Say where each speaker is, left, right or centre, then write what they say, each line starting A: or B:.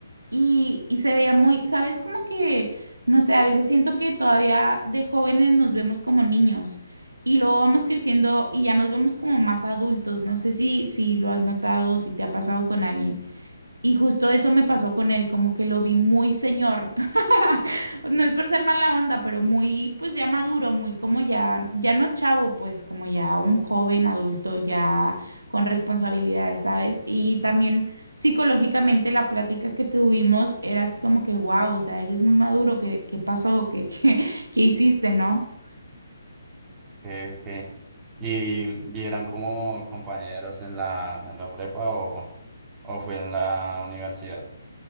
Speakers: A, on the right; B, on the right.
A: y, y se veía muy, ¿sabes? Como que, no sé, a veces siento que todavía de jóvenes nos vemos como niños y luego vamos creciendo y ya nos vemos como más adultos. No sé si, si lo has notado o si te ha pasado con alguien. Y justo eso me pasó con él, como que lo vi muy señor. <laughs> No es por ser mala onda, pero muy, pues ya maduro, muy como ya, ya no chavo, pues como ya un joven adulto, ya con responsabilidades, ¿sabes? Y también psicológicamente la plática que tuvimos era así como que, wow, o sea, eres muy maduro, ¿qué, qué pasó? ¿Qué, qué, qué hiciste, no?
B: que, que... Y, y eran como compañeros en la, en la prepa o, o fue en la universidad?